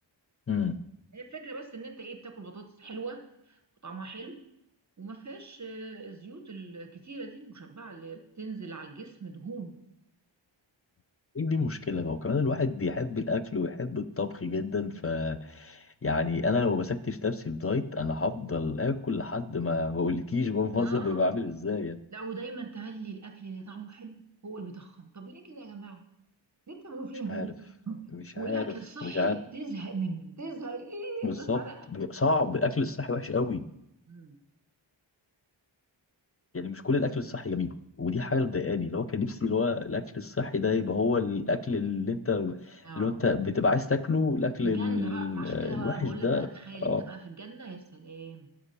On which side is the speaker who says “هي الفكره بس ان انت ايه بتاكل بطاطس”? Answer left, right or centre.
Right